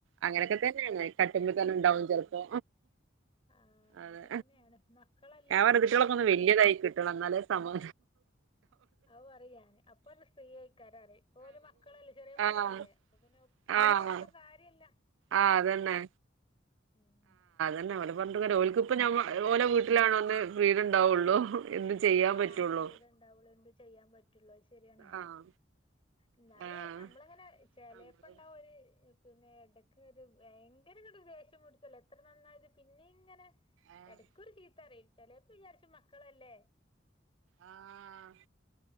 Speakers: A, on the right; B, on the left.
A: അങ്ങനെയൊക്കെ
B: ഉം
A: തന്നെയാണ് കട്ടിന്മേൽ തന്നെ ഉണ്ടാവും ചെലപ്പോ
B: ഉം ആഹ് അങ്ങനെയൊക്കെ
A: അതെ
B: തന്നെയാണ് മക്കളല്ലേ
A: അവർ കുട്ടികളാക്ക
B: പിന്നെ
A: ഒന്ന് വലിയതായി
B: അങ്ങനെ
A: കിട്ടണം എന്നാലേ സമാ
B: അഹ് പറയന് അപ്പണ്ട് ഫ്രീ അയ്ക്കാരറിം ഓല് മക്കളല്ലേ ചെറിയ മക്കളല്ലേ
A: ആഹ്
B: അപ്പൊ പിന്നെ ഓലെ
A: ആഹ്
B: പറഞ്ഞിട്ടും കാര്യല്ല
A: ആഹ് അത് തന്നെ
B: ഉം
A: എന്നന്നെ
B: അങ്ങനെയാണ്
A: ഓല പറഞ്ഞ ഓലക്ക് ഇപ്പം ഓല വീട്ടിലാണോന്നേ ഫ്രീഡം ഉണ്ടാവുള്ളു എന്ത് ചെയ്യാൻ
B: ആഹ്
A: പറ്റുള്ളൂ
B: ഫ്രീഡം ഉണ്ടാവുള്ളൂ എന്തും ചെയ്യാൻ പറ്റുള്ളൂ അത് ശരിയാണ്
A: ആഹ്
B: എന്നാലും
A: ആഹ്
B: നമ്മള അങ്ങനെ ചിലപ്പോ
A: നമ്മള്
B: ഉണ്ടാവും ഒരു പിന്നെ എടക്ക് ഒരു ഭയങ്കര ഇങ്ങട് ദേഷ്യം പിടിച്ചല്ലോ എത്ര നന്നായത് പിന്നെ ഇങ്ങനെ
A: ആഹ്
B: എടക്കൊരു ചീത്ത പറയും ചിലപ്പ വിചാരിച്ചും മക്കളല്ലേ
A: ആഹ്